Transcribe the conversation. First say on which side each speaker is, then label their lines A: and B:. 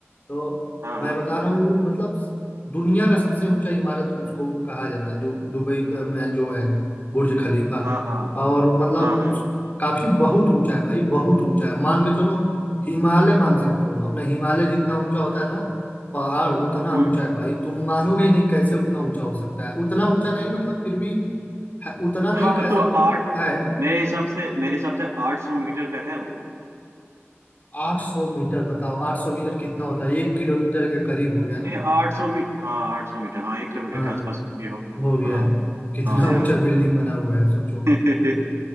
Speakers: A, on the left; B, on the right.
A: तो
B: हाँ हाँ
A: मैं बता रहा हूँ मतलब दुनिया का सबसे ऊंचा इमारत उसको कहा जाता है दु, दुबई अ, में जो है बुर्ज खलीफा
B: हाँ हाँ हाँ
A: और मतलब
B: हाँ हाँ
A: उस काफी बहुत ऊंचा है भाई बहुत ऊंचा है मान के चलो हिमालय मान सकते हो अपना हिमालय जितना ऊंचा होता है ना पहाड़ उतना ऊंचा
B: हम्म, हम्म।
A: है भाई तुम मानोगे ही नहीं कैसे उतना ऊंचा हो सकता है उतना ऊंचा नहीं मतलब फिर भी है, उतना नहीं
B: हाँ,
A: कह
B: मतलब
A: सकते हो
B: आठ
A: है
B: मेरे हिसाब से मेरे हिसाब से आठ सौ मीटर का है वो
A: 800 मीटर बताओ 800 मीटर कितना होता है एक किलोमीटर के करीब हो गया ना
B: ये आठ सौ मीटर हाँ आठ सौ मीटर हाँ एक किलोमीटर
A: हाँ
B: के आसपास के हो गया
A: हो गया
B: हाँ
A: कितना
B: हाँ यार
A: ऊंचा बिल्डिंग बना हुआ है सोचो
B: <laughs>